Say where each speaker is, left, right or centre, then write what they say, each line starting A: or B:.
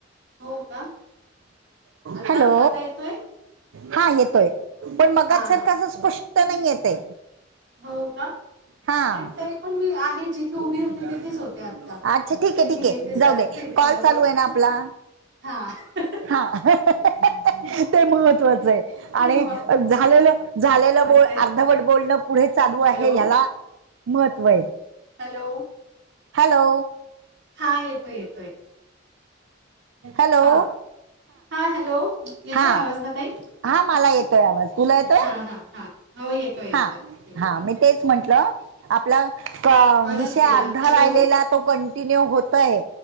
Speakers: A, on the right (about 60°); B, on the right (about 80°).
A: हो का? आता
B: हॅलो
A: आता येतोय
B: हा येतोय. पण मगच
A: हा
B: सारखा
A: हा
B: अस स्पष्ट नाही येत आहे.
A: हो का
B: हां.
A: पण तरी पण मी आहे जिथे उभी
B: अच्छा
A: होते तिथेच होते आता
B: ठीक
A: तरी
B: आहे ठीक
A: मी
B: आहे
A: येते जरा
B: जाऊ दे.
A: खिडकीजवळ
B: कॉल चालू आहे ना आपला.
A: हा हां ह ह.
B: हा हं हं ह ह ह ते महत्वाचं आहे
A: ते
B: आणि झालेलं झालेलं
A: महत्वाचं
B: बोल
A: आहे
B: अर्धवट बोलणं पुढे चालू
A: हॅलो
B: आहे ह्याला महत्व आहे.
A: हॅलो.
B: हॅलो.
A: हा येतोय येतोय.
B: हॅलो
A: हा हा हॅलो येतोय
B: हा
A: आवाज ना ताई?
B: हा मला येतोय आवाज. तुला येतोय?
A: हां हां हां हो येतोय येतोय.
B: हा
A: येतोय
B: हा मी तेच म्हंटलं आपला पा
A: परत
B: विषय
A: गेला
B: अर्धा
A: हॅलो
B: राहिलेला तो कण कि न्यू होतय